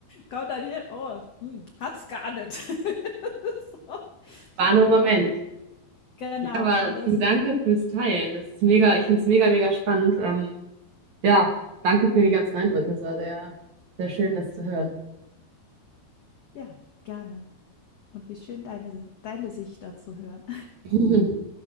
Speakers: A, on the left (about 70°); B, on the right (about 60°).
A: Kommt dann hier, oh, hm, hat's gar nicht. <laughs> So,
B: War
A: hm,
B: nur ein Moment.
A: okay. Genau.
B: Ja, aber
A: Und das
B: du danke fürs Teilen. Das ist mega, ich finde es mega, mega spannend. Ähm, Ja, danke für die ganzen Eindrücke. Es war sehr, sehr schön, das zu hören.
A: ja, gerne. Und wie schön, deine deine Sicht dazu hören.
B: <laughs>